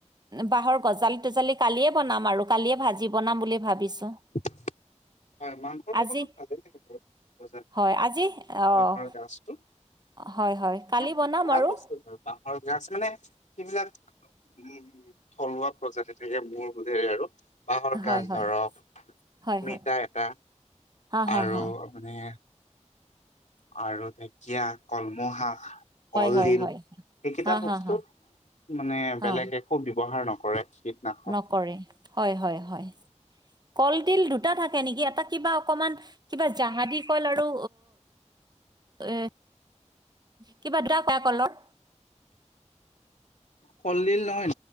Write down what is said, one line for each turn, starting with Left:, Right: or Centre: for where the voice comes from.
Right: বাঁহৰ গজালি তজালি কালিয়ে বনাম আৰু কালিয়ে ভাজি বনাম বুলি ভাবিছোঁ।
Left: <unintelligible> হয় মাংসৰ লগতো
Right: আজি
Left: ভালেই লাগে বাৰু গজালি,
Right: হয় আজি অঁ
Left: বাঁহৰ গাজটো।
Right: হয় হয়। কালি
Left: আৰু সেইবিলাক
Right: বনাম
Left: ভাল
Right: আৰু
Left: বস্তু ধৰ বাঁহৰ গাজ, মানে সেইবিলাক উম উম, থলুৱা প্ৰজাতি থাকে মোৰ বোধেৰে আৰু। বাঁহৰ
Right: হয়
Left: গাজ
Right: হয়
Left: ধৰক,
Right: হয়
Left: অমিতা
Right: হয়
Left: এটা
Right: হা হা
Left: আৰু
Right: হা
Left: মানে আৰু ঢেকীয়া কলমৌশাক কল
Right: হয় হয়
Left: দিল
Right: হয়
Left: সেইকেইটা
Right: হা
Left: বস্তুত
Right: হা হা
Left: মানে
Right: হা
Left: বেলেগ একো ব্যৱহাৰ নকৰে কীটনাশক।
Right: নকৰে হয় হয় হয়। কলদিল দুটা থাকে নেকি এটা কিবা অকমান কিবা জাহাজি কল আৰু এ কিবা <unintelligible> কলত
Left: কলডিল নহয়